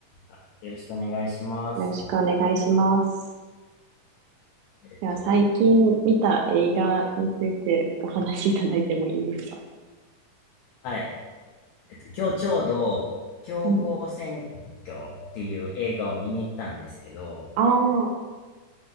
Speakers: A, on the left (about 85°); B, on the right (about 80°).
A: あよろしくお願いします。
B: よろしくお願いします。
A: えっと、
B: では、最近見た映画についてお話しいただいてもいいですか
A: はい。えっと、今日ちょうど、教皇選挙っていう映画を見に行ったんですけど、
B: うん。ああ、